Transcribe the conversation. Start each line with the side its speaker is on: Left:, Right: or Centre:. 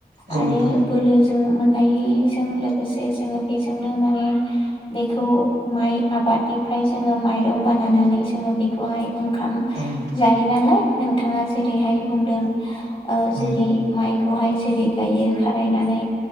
Right: औ
Left: आरो
Right: नोंथां
Left: बोलो जों मोननायजों लोगोसे जोङो बेजोंनो माने बेखौ माइ आब बादनिफ्राय जोङो माइरं बानायानानै जोङो बेखौहाय ओंखाम
Right: औ नोंथां
Left: जायो नालाय नोंथाङा जेरैहाय बुंदों ओ
Right: औ
Left: जेरै माइखौहाय जेरै गायो खारायनानै